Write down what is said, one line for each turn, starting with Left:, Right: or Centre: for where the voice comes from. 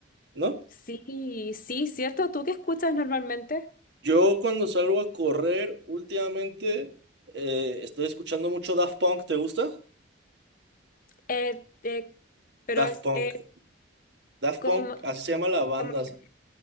Right: ¿no?
Left: Sí, sí, cierto. ¿Tú qué escuchas normalmente?
Right: Yo cuando salgo a correr últimamente eh, estoy escuchando mucho Daft Punk, ¿te gusta?
Left: Eh, eh, pero
Right: Daft
Left: es
Right: Punk,
Left: eh,
Right: Daft
Left: como...
Right: Punk, así se llama la banda.
Left: como un ejemplo.